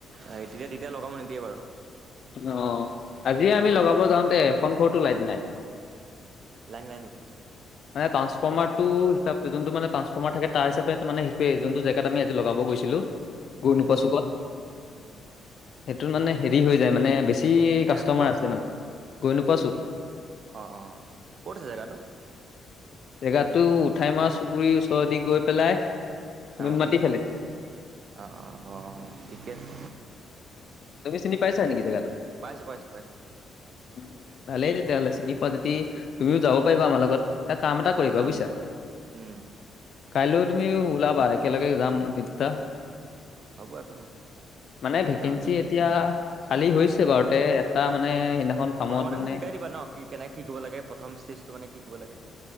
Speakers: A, on the right; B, on the left.
A: এই তেতিয়া তেতিয়া লগাব নিদিয়ে বাৰু
B: অ যদি আমি
A: উম
B: লগাব যাওঁতে ফোন ফ'ৰটো লাইট নাই।
A: লাইন নাই নেকি
B: মানে ট্ৰাসফৰ্মাৰটো হিচাপ যোনটো মানেট্ৰাঞ্চফৰ্মাৰ থাক তাৰ হিাপ ত মানেেই যোনটো জেকট আমি আজি লগাব গৈছিলোঁ। গৈ
A: অ
B: নোপোৱা
A: অ
B: চুকত
A: উম
B: সেইটোত মানে হেৰি হৈ যায় মানে বেছি
A: জেগাটো
B: কাষ্টমাৰ
A: ক'ত
B: আছে মানে গৈ নোপোৱা চব
A: অ অ ক'ত আছে জেগাটো
B: জেগাতো উঠাই মৰা চুবুৰীৰ ওচৰদি গৈ পেলাই নুনমাটি
A: অ
B: ফালে
A: অ অ অ ঠিকে আছে
B: তুমি চিনি পাইছা নেকি জেগাটো?
A: পাইছো পাইছো পাইছো
B: উ ভালেই তেতিয়াহ'লে চিনি পোৱা যদি তুমিও যাব পাৰিবা আমাৰ লগত? এটা কাম এটা
A: অ
B: কৰিবা
A: যাম
B: বুজিছা
A: উম
B: কাইলৈ তুমি ওলাবা একেলগে যাম বুজিছা
A: হ'ব একো নহয়
B: মানে ভেকেঞ্চি
A: যাম যাম
B: এতিয়া খালি হৈছে বাৰু তে এটা মানে কামত
A: প্ৰথমতে
B: মানে
A: মোক শিকাই দিবা ন কি কেনে কি ক লাগে প্ৰথম ষ্টেজটো মানে কি কৰিব লাগে।